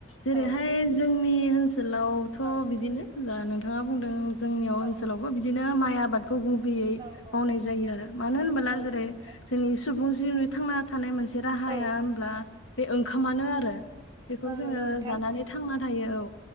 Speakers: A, on the left; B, on the right.
A: जेरैहाय
B: औ
A: जोंनि ओनसोलावथ'
B: औ
A: बिदिनो दा नोंथाङा बुंदों जोंनियाव
B: औ
A: ओनसोलावबो बिदिनो माइ आबाद खौ गुबैयै
B: औ औ
A: मावनाय जायो आरो मानो होनबोला
B: औ
A: जेरै
B: नंगौ नोंथां
A: जोंनि सुबुं जिउनि थांना थानाय मोनसे राहाया
B: औ
A: होनब्ला बे ओंखामानो आरो बेखौ
B: औ
A: जोङो
B: नंगौ नोंथां
A: जानानै थांना थायो औ